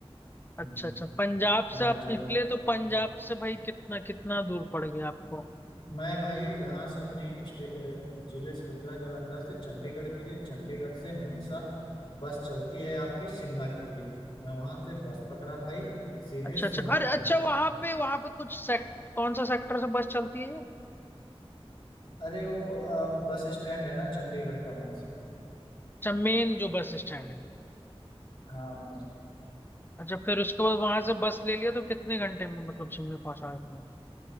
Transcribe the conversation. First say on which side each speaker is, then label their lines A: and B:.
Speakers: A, on the left; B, on the left.
A: हम्म,
B: अच्छा अच्छा पंजाब
A: यहाँ
B: से आप
A: जलन
B: निकले तो पंजाब से भाई कितना कितना दूर पड़ गया आपको
A: मैं भाई यहाँ से अपने स्टे- अ, जिले से निकला जालंधर से चंडीगढ़ के लिए चंडीगढ़ से हमेशा बस चलती है आपकी शिमला के लिए मैं वहां से बस पकड़ा भाई सीधे
B: अच्छा
A: शिमला
B: अच्छा अरे
A: पहुंचा
B: अच्छा वहां पे वहां पे कुछ सेक्ट कौन सा सेक्टर से बस चलती है
A: अरे वो अ, बस स्टैंड है ना चंडीगढ़ का वहीं से
B: अच्छा मेन जो बस स्टैंड है
A: हाँ वहीं से।
B: अच्छा फिर उसके बाद वहां से बस ले लिया तो कितने घंटे में मतलब शिमला पहुंचा देती है